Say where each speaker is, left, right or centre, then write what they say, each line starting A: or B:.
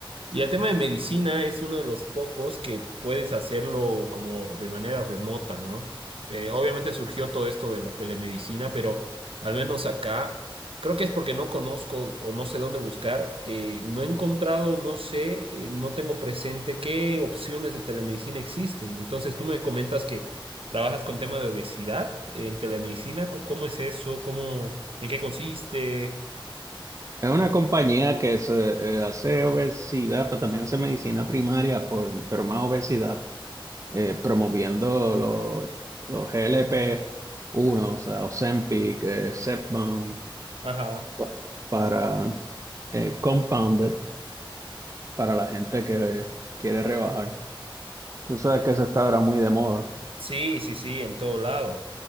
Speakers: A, on the right; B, on the right.
A: Y el tema de medicina es uno de los pocos que puedes hacerlo como de manera remota, ¿no? Eh, obviamente surgió todo esto de la telemedicina, pero al menos acá, creo que es porque no conozco o no sé dónde buscar, eh, no he encontrado, no sé, eh, no tengo presente qué opciones de telemedicina existen. Entonces, tú me comentas que trabajas con tema de obesidad en telemedicina, ¿cómo cómo es eso? ¿Cómo, en qué consiste?
B: Es una compañía que se, eh, hace obesidad, pero también hace medicina primaria, por, pero más obesidad, eh, promoviendo los, los glp uno o sea, Ozempic, eh, Zepbound,
A: Ajá.
B: pa- para eh, Compounded, para la gente que quiere rebajar. Tú sabes que eso está ahora muy de moda
A: Sí, sí, sí, en todo lado.